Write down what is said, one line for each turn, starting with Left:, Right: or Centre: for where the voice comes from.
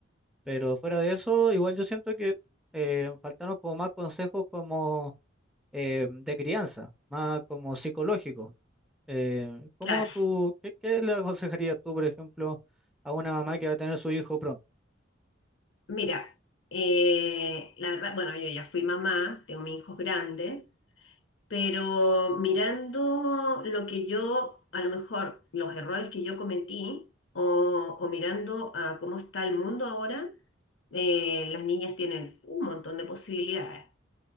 Centre: Pero fuera de eso, igual yo siento que eh, faltaron como más consejos como eh, de crianza, más como psicológico. Eh, ¿cómo
Left: Claro,
Centre: tú, qué, qué le aconsejarías tú, por ejemplo, a una mamá que va a tener su hijo pronto?
Left: mira, eh, la verdad, bueno, yo ya fui mamá, tengo mis hijos grandes, pero mirando lo que yo, a lo mejor los errores que yo cometí, o, o mirando a cómo está el mundo ahora, eh, las niñas tienen un montón de posibilidades,